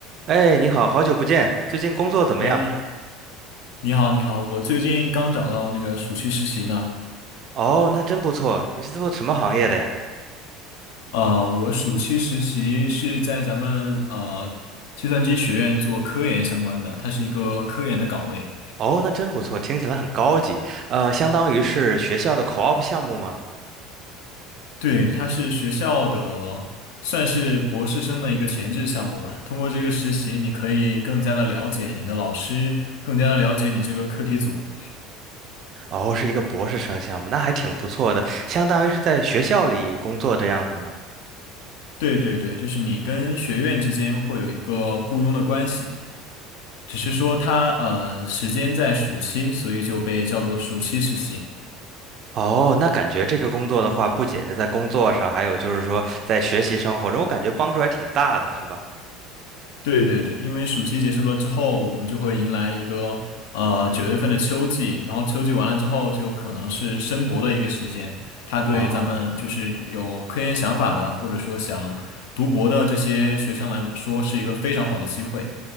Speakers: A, on the right; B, on the left.
A: 哎，你好，好久不见，最近工作怎么样？
B: 哎，你好，你好，我最近刚找到那个暑期实习呢。
A: 哦，那真不错。你是做什么行业的呀？
B: 呃，我暑期实习是在咱们呃计算机学院做科研相关的，它是一个科研的岗位。
A: 哦，那真不错，听起来很高级。呃，相当于是学校的 co-op 项目吗？
B: 对，它是学校的算是博士生的一个前置项目吧。通过这个实习，你可以更加的了解你的老师，更加的了解你这个课题组。
A: 哦，是一个博士生项目，那还挺不错的，相当于是在学校里工作这样子吗？
B: 对对对，就是你跟学院之间会有一个雇佣的关系。只是说他呃时间在暑期，所以就被叫做暑期实习。
A: 哦，那感觉这个工作的话，不仅是在工作上，还有就是说在学习生活中，我感觉帮助还挺大的，是吧？
B: 对对对，因为暑期结束了之后，我们就会迎来一个呃九月份的秋季，
A: 嗯嗯。
B: 然后秋季完了之后，就可能是申博的一个时间。它对咱们就是有科研想法的，
A: 哦
B: 或者说想读博的这些学生来说，是一个非常好的机会。